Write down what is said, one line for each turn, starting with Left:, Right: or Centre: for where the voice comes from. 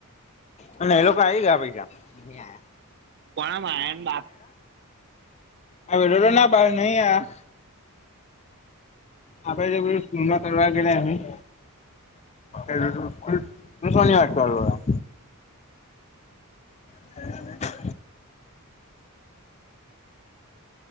Left: અને એ લોકો આ ગયા પૈસા. નહીં આ
Right: કોણ આયન બાપ
Left: આ જો જો ને બાહર નહીં આયા. આપડે જે બધું સ્કૂલ માં કરવા ગયેલા નહીં એલુ ગુ પેલું અહ શનિવાર ચાલુ હૈ. <unintelligible>